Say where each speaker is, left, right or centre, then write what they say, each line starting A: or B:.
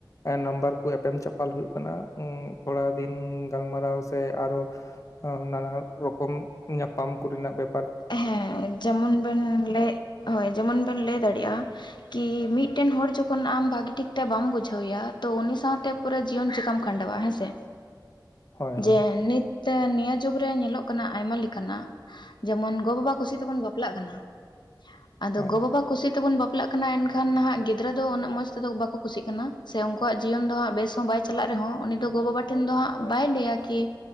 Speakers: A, on the left; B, on the left.
A: ᱱᱟᱢᱵᱟᱨ ᱠᱚ ᱮᱯᱮᱢ ᱪᱟᱯ- ᱯᱟᱞ ᱦᱩᱭᱩᱜ ᱠᱟᱱᱟ ᱩᱸ ᱯᱚᱞᱟᱣ ᱫᱤᱱ ᱜᱟᱞᱢᱟᱨᱟᱣ ᱥᱮ ᱟᱨᱚ ᱱᱟᱱᱟ ᱨᱚᱠᱚᱢ ᱧᱟᱯᱟᱢ ᱠᱚᱨᱤᱱᱟᱜ ᱵᱮᱯ
B: ᱦᱮᱸ ᱡᱮᱢᱚᱱ ᱵᱮᱱ ᱞᱟᱹᱭ ᱦᱳᱭ ᱡᱮᱢᱚᱱ ᱵᱮᱱ ᱞᱟᱹᱭ ᱫᱟᱲᱮᱭᱟᱜᱼᱟ ᱠᱤ ᱢᱤᱫᱴᱮᱱ ᱦᱚᱲ ᱡᱚᱠᱷᱚᱱ ᱟᱢ ᱵᱷᱟᱜᱤ ᱴᱷᱤᱠᱛᱮ ᱵᱟᱢ ᱵᱩᱡᱷᱟᱹᱣᱮᱭᱟ ᱛᱚ ᱩᱱᱤ ᱥᱟᱶᱛᱮ ᱯᱩᱨᱟᱹ ᱡᱤᱭᱚᱱ ᱪᱤᱠᱟᱢ ᱠᱷᱟᱸᱰᱟᱣᱟ ᱦᱮᱸ ᱥᱮ
A: ᱦᱳᱭ ᱦᱳᱭ
B: ᱡᱮ ᱱᱤᱛ ᱱᱤᱭᱟᱹ ᱡᱩᱜᱽᱨᱮ ᱧᱮᱞᱚᱜ ᱠᱟᱱᱟ ᱟᱭᱢᱟ ᱞᱮᱠᱟᱱᱟᱜ ᱡᱮᱢᱚᱱ ᱜᱚ ᱵᱟᱵᱟ ᱠᱩᱥᱤ ᱛᱮᱵᱚᱱ ᱵᱟᱯᱞᱟᱜ ᱠᱟᱱᱟ ᱟᱫᱚ
A: ᱦᱳᱭ
B: ᱜᱚ ᱵᱟᱵᱟ ᱠᱩᱥᱤ ᱛᱮᱵᱚᱱ ᱵᱟᱯ ᱵᱟᱯᱞᱟ ᱠᱟᱱᱟ ᱮᱱᱠᱷᱟᱱ ᱱᱟᱦᱟᱜ ᱜᱤᱫᱽᱨᱟᱹ ᱫᱚ ᱩᱱᱟᱹᱜ ᱢᱚᱡᱽ ᱛᱮᱫᱚ ᱵᱟᱠᱚ ᱠᱩᱥᱤᱜ ᱠᱟᱱᱟ ᱥᱮ ᱩᱱᱠᱩᱣᱟᱜ ᱡᱤᱭᱚᱱ ᱫᱚ ᱦᱟᱸᱜ ᱵᱮᱥ ᱦᱚᱸ ᱵᱟᱭ ᱪᱟᱞᱟᱜ ᱨᱮᱦᱚᱸ ᱩᱱᱤ ᱫᱚ ᱜᱚ ᱵᱟᱵᱟ ᱴᱷᱮᱱ ᱫᱚ ᱦᱟᱸᱜ ᱵᱟᱭ ᱞᱟᱹᱭᱟ ᱠᱤ